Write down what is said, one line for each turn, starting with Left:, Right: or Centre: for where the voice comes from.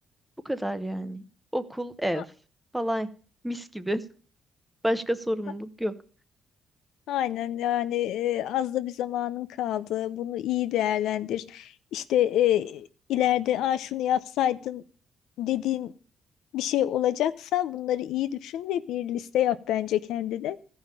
Centre: Bu kadar yani. Okul, ev
Left: A-
Centre: falan mis gibi. <laughs> Başka sorumluluk
Left: a-
Centre: yok.
Left: Aynen yani e, az da bir zamanın kaldı. Bunu iyi değerlendir. İşte e, ileride Aa, şunu yapsaydım dediğin bir şey olacaksa bunları iyi düşün ve bir liste yap bence kendine